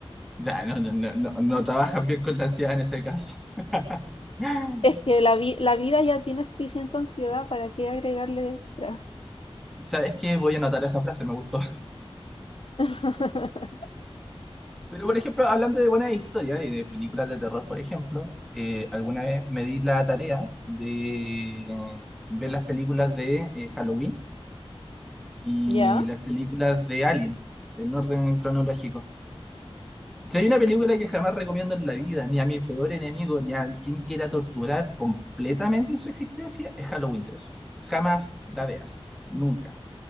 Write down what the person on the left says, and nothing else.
Es que la vi- la vida ya tiene suficiente ansiedad, ¿para qué agregarle extra?
<laughs>
Ya.